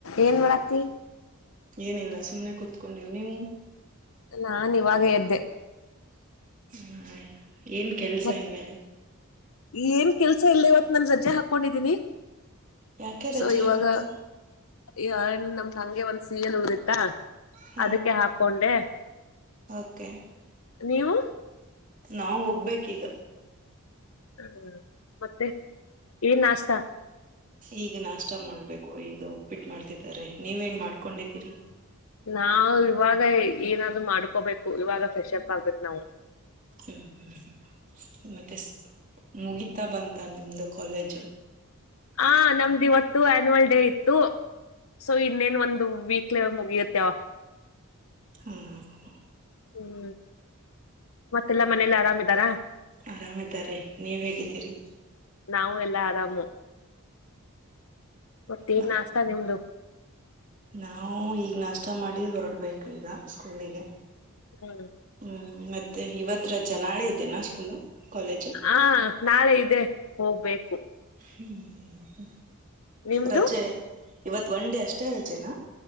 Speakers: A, on the left; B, on the right.
A: ಏನು ಮಾಡಳಾತಿ
B: ಏನಿಲ್ಲ ಸುಮ್ನೆ ಕುೂತ್ಕೊಂಡಿವು ನೀವು
A: ನಾನ್ ಇವಾಗ ಎದ್ದೆ
B: ಹ ಏನ್ ಕೆಲ್ಸ
A: ಮತ್
B: ಇನ್ ಮೇಲೆ
A: ಏನ್ ಕೆಲ್ಸ ಇಲ್ಲ ಇವತ್ತು ನಾನು ರಜ್ಜೆ ಹಾಕೊಂಡಿದ್ದೀನಿ
B: ಯಾಕೆ ರಜಾ
A: ಸೊ ಇವಾಗ
B: ಇವತ್ತು
A: ಈನ್ ನಮ್ದ್ ಹಂಗೆ ಒಂದ್ ಸ ಎಲ್ ಉದಿತ್ತಾ
B: ಹಾ
A: ಅದಕ್ಕೆ ಹಾಕೊಂಡೆ
B: ಓಕೆ
A: ನೀವು
B: ನಾವವು ಹೋಗ್ಬೇಕ ಈಗ
A: ಹ್ಮ ಮತ್ತೆ ಏನ್ ನಾಸ್ತಾ
B: ಈಗ ನಾಷ್ಟ ಮಾಡ್ಬೇಕು ಈಗ ಉಪ್ಪಿಟ್ಟು ಮಾಡ್ತಿದಿದ್ದಾರೆ ನೀವ ನ್ ಮಾಡ್ಕೊಂಡಿದ್ದೀರಿ
A: ನಾವವು ಇವಾಗ ಏನಾದ್ರು ಮಾಡ್ಕೋಬೇಕು ಇವಾಗ ಫ್ರೆಶ್ ಅಪ್ ಆಗ್ಬೇಕು ನಾವು
B: ಹ್ಮ್ ಹ್ಮ್ ಮತ್ತೆ ಮುಗೀತಾ ಬಂತ ನಿಮ್ದು ಕಾಲೇಜು
A: ಆ ನಮ್ದು ಇವತ್ತು ಆನ್ಯುವಲ್ ಡೇ ಇತ್ತು ಸೊ ಇನ್ನೇನ್ ಒಂದು್ ವೀಕ್ಲೆ ಮುಗಿಯುತ್ತ
B: ಹ್ಮಞ
A: ಹ್ಮ್ ಮತ್ತೆಲ್ಲ ಮನೇಲ್ಲ ಆರಾಮ ಇದರಾ
B: ಆರಾಮ ಇದಾರೆ ನೀವ್ ಹೇಗಿದ್ದೀರಿ
A: ನಾವು ಎಲ್ಲಾ ಆರಾಮು ಮತ್ತೆ
B: ಮತ್
A: ನ್ ನಾಸ್ತಾ ನಿಮ್ದು
B: ನಾವು ಈಗ ನಷ್ಟ ಮಾಡಿ ಹೊರಡ್ಬೇಕು ಈಗ ಸ್ಕೂಲಿಗೆ
A: ಹ್ಮ್
B: ಹ್ಮ್ ಮತ್ತೆ ಇವತ ರಜಾ ನಾಳೆ ಇದೇನಾ ಸ್ಕೂಲ್ ಕಾಲೇಜು
A: ಹಾ ನಾಳೆ ಇದೆ ಹೋಗ್ಬೇಕು
B: ಹ್ಮ್
A: ನಿಮ್ದು
B: ರಜೆ ಇವತ್ ಒನ್ ಡೇ ಅಷ್ಟೇ ರಜೆನ